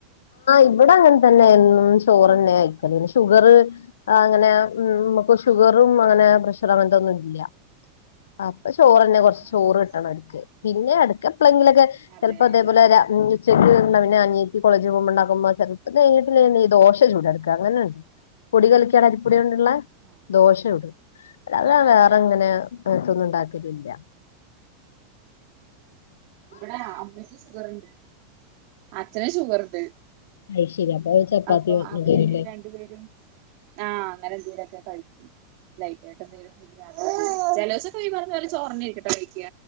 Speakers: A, on the left; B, on the right.
A: ഇവിടെ അങ്ങനെ തന്നെയാരുന്നു ചോറെന്നെ വൈക്കല് ഷുഗറ് അങ്ങനെ
B: ആഹ്
A: ഉമ്മക്ക്
B: ആഹ്
A: ഷുഗറും അങ്ങനെ പ്രഷർ അങ്ങനത്തെ ഒ ന്നും ഇല്ല്യ അ അപ്പൊ ചോറന്നെ കുറച്ച്
B: ആഹ്
A: ചോറ്
B: ആഹ്
A: കിട്ടണം അടുക്ക് പിന്നെ അടുക്ക എപ്പളെങ്കിലൊക്കെ
B: അതെ
A: ചെൽപ്പതേ പോല ര ച്ചെ <unintelligible>
B: ആഹ്
A: പിന്നെ അനി കോളേജിൽ പോകുമ്പോ ഉണ്ടാക്കുമ്പോ ചിലപ്പോ വീട്ടിലെങ്ങനെ ഈ ദോശ ചുട്ടെടക്ക് അങ്ങനെ ഉണ്ട് പൊടികലക്കി ക്കവാറും അരിപ്പൊടികൊണ്ടുള്ള
B: ആഹ് ആഹ്
A: ദോശ ചുടും അല്ലാതെ
B: ആഹ് ആഹ്
A: വേറെങ്ങനെയ
B: ആഹ് ആഹ്
A: ഇതൊന്നും ഉണ്ടാക്കിലില്ല
B: ഇവിടെ അമ്മയ്ക്ക് ഷുഗറുണ്ട് അച്ഛനും ഷുഗറുണ്ട്
A: അത് ശരി അപ്പൊ ചപ്പാത്തി
B: അപ്പൊ അവര്
A: ഇണ്ടേനില്ലേ
B: രണ്ടുപേരും ആ അങ്ങനെ എന്തെലുവൊക്കെ കഴിക്കും ലൈറ്റായിട്ടെന്തെങ്കിലും ഫുഡ്‌ രാവിലെ കഴിക്കും ചെലോസക്കെ ഈ പറയുന്നപോലെ ചോറന്നെ ആയിരിക്കൂട്ടോ കഴിക്ക